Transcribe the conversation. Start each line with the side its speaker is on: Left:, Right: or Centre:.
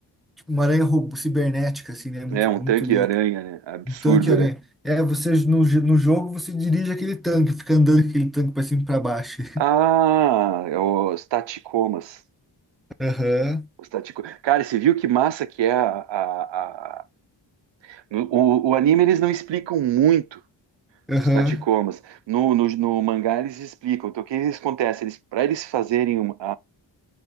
Centre: Tipo, Uma aranha ro- cibernética, assim, né? Muito,
Right: É um
Centre: muito
Right: tanque-aranha,
Centre: louco.
Right: né? Absurdo,
Centre: Um tanque-aranha.
Right: né?
Centre: É, você no, j- no jogo você dirige aquele tanque, fica andando com aquele tanque pra cima e pra baixo.
Right: Ah, é os taticomas.
Centre: <laughs> Aham,
Right: Os tatico... Cara, você viu que massa que é a, a, a- no- O, o anime eles não explicam muito
Centre: aham.
Right: os taticomas. No, no, no mangá eles explicam. Então o que eles acontece? Eles, para eles fazerem uma,